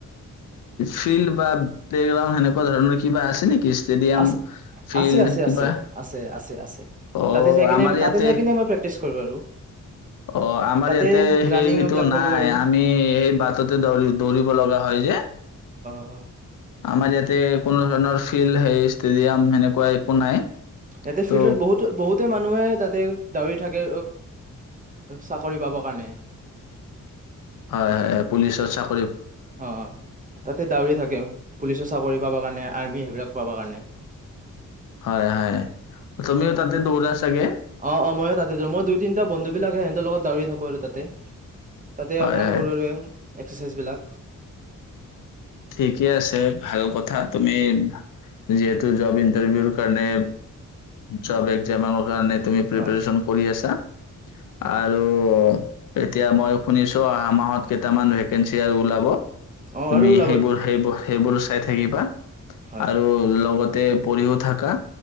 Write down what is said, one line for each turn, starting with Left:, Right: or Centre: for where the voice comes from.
Left: ফিল্ড বা প্লেগ্ৰাউণ্ড সেনেকুৱা ধৰণৰ কিবা আছে নেকি ষ্টেডিয়াম?
Right: আছে
Left: ফিল্ড
Right: আছে আছে
Left: কিবা
Right: আছে আছে আছে আছে
Left: অ'
Right: তাতে জ
Left: আমাৰ ইয়াতে
Right: ততে জ নি আমাৰ প্ৰেক্টিছ কৰ আৰু
Left: অ আমাৰ
Right: তাতে
Left: ইয়াতে সেই
Right: ৰানিং
Left: সেইটো
Right: বিলাক
Left: নাই
Right: কৰো আৰু
Left: আমি সেই বাটতে দৌৰি দৌৰিব লগা হয় যে
Right: উ
Left: আমাৰ ইয়াতে কোনো ধৰণৰ ফিল্ড সেই ষ্টেডিয়াম সেনেকুৱা একো নাই
Right: ইয়াতে
Left: ত'
Right: ফিল্ডত বহুতো বহুতে মানুহে তাতে দউৰি থাকে চাকৰি পাব কাৰণে
Left: হয় হয় হয় পুলিচত চাক
Right: অ তাতে ডাউৰীয়া থাকে পুলিচৰ চাকৰি পাবৰ কাৰণে আৰ্মি সেইবিলাক পাবৰ কাৰণে
Left: হয় হয় তুমি তাতে দৌৰাছাগে
Right: অ অ ময়ো তাতেো মই দুই তিনিটা বন্ধু বিাকে সিহঁতৰ লগত দাৰি থাকো আৰু তাতে তাতে
Left: হয়,
Right: অকমান
Left: হয়।
Right: কৰিব ল এক্সাৰচাইজ বিলাক
Left: ঠিকে আছে ভাল কথা তুমি যিহেতু জব ইণ্টাৰভিউৰ কাৰণে জব এক্জামৰ কাৰণে তুমি প্ৰিপৰেচন
Right: হয়
Left: কৰি আছা
Right: হয়
Left: আৰু এতিয়া মই শুনিছো অহা মাহত কেইটামান ভেকেঞ্চি আৰু ওলাব
Right: অ
Left: তুমি
Right: আৰুওলাব
Left: সেইবোৰ সেইবোৰ সেইবোৰ চাই থাকিবা
Right: হয়
Left: আৰু লগত পঢ়ীও থাকা